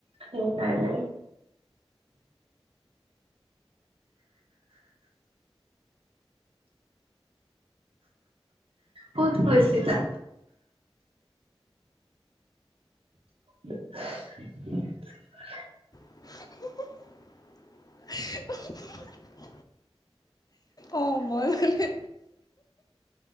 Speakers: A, on the right; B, on the left.
A: সেইকাৰণে। <inaudible> ক'ত গৈছিলা? <unintelligible>
B: <unintelligible> অ' মই মানে